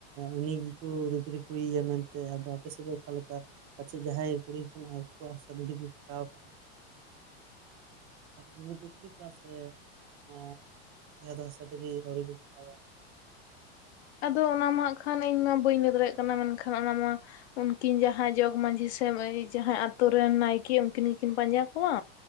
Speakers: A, on the right; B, on the left.
A: ᱩᱱᱤ ᱜᱮ ᱠᱚ ᱛᱤᱛᱨᱤ ᱠᱩᱲᱤᱭᱮᱭᱟ ᱢᱮᱱᱛᱮ ᱟᱫᱚ ᱟᱯᱮᱥᱮᱫ ᱫᱚ ᱚᱠᱟᱞᱮᱠᱟ? ᱯᱟᱪᱮᱫ ᱡᱟᱦᱟᱸᱭ ᱠᱩᱲᱤ ᱦᱚᱯᱱᱟᱜ ᱟᱠᱚᱣᱟᱜ ᱦᱟᱥᱟ ᱫᱷᱩᱲᱤ ᱠᱚ ᱠᱚᱴᱟᱣ ᱠᱟᱜᱼᱟ ᱩᱱᱠᱩ ᱠᱚ ᱛᱤᱛᱨᱤ ᱠᱚᱭᱟ ᱥᱮ ᱮᱸ ᱡᱟᱦᱟᱸ ᱫᱚ ᱦᱟᱥᱟ ᱫᱷᱩᱰᱤ ᱟᱣᱨᱤ ᱠᱚ ᱠᱚᱴᱟᱣᱟ᱾
B: ᱟᱫᱚ ᱚᱱᱟ ᱢᱟ ᱦᱟᱸᱜ ᱠᱷᱟᱱ ᱤᱧ ᱢᱟ ᱵᱟᱹᱧ ᱞᱟᱹᱭ ᱫᱟᱲᱮᱭᱟᱜ ᱠᱟᱱᱟ ᱢᱮᱱᱠᱷᱟᱱ ᱚᱱᱟ ᱢᱟ ᱩᱱᱠᱤᱱ ᱡᱟᱦᱟᱸᱭ ᱡᱚᱜᱽ ᱢᱺᱡᱷᱤ ᱥᱮ ᱡᱟᱦᱟᱸᱭ ᱟᱛᱩ ᱨᱮᱱ ᱱᱟᱭᱠᱮ ᱩᱱᱠᱤᱱ ᱜᱮ ᱠᱤᱱ ᱯᱟᱸᱡᱟ ᱠᱚᱣᱟ᱾